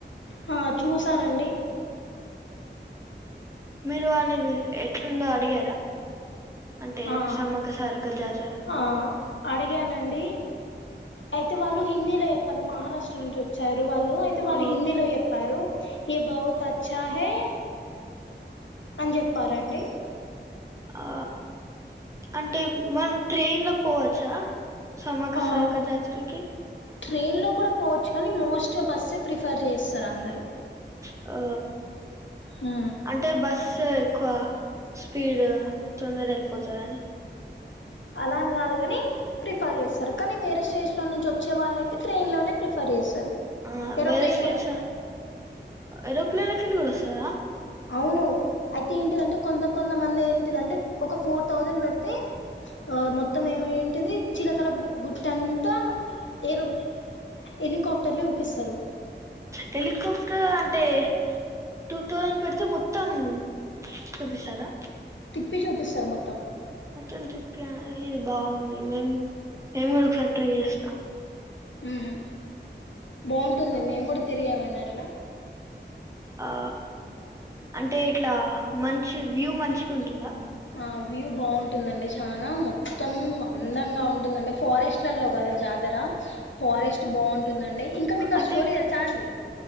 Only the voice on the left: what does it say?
హా చూసానండి
ఆ
ఆ అడిగానండి అయితే వాళ్ళు హిందీలో చెప్పరు మహారాష్ట్ర నుంచి వచ్చారు వాళ్ళు అయితే వాళ్ళు
హిందీలో చెప్ ప్పారు ఎ బహుత్ అచ్చా హై అని చెప్పారండి
ఆ
ట్రైన్లో కుడా పోవచ్చు కనీ మోస్ట్గా బస్సే ప్రిఫర్ జేస్తరు అందరూ
హ్
అలాని గాదు కని ప్రిఫర్ చేస్తారు కానీ వేరే స్టేట్లో నుంచి వచ్చే వాళ్ళయితే ట్రైన్లోనే ప్రిఫర్ చేస్తారు
ఏరోప్లేన్
కూడా
అవును అయితే ఏంటిదంటే కొంత కొంతమంది ఏంటిదంటే ఒక ఫోర్ థౌజండ్ పెడితే మొత్తం ఏమైంటిది చిలకల గు గుట్టంతా ఏరు హెలికాప్టర్లే ఊపిస్తారు.
తిప్పి చూపిస్తారు మొత్తం
మ్ బావుంటుది మేము కూడా తిరిగామండి అట్లా
ఆ వ్యూ బాగుంటుందండి చానా మొత్తం అందంగా ఉంటుందండి ఫారెస్ట్లలో కదా జాత్ ఫారెస్ట్ బాగుంటుందండి ఇంకా మీకు ఆ
స్టోరీ తెలుసా అండి